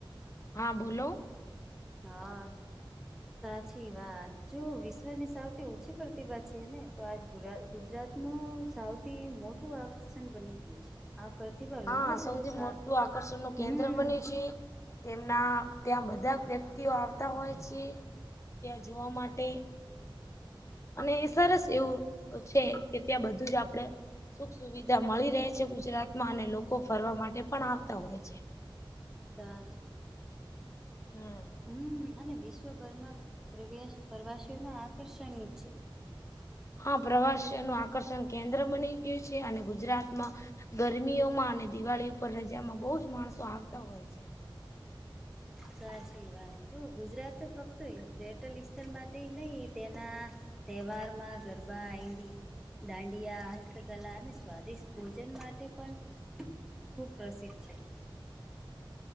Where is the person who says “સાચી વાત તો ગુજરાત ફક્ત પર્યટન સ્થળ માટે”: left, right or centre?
Centre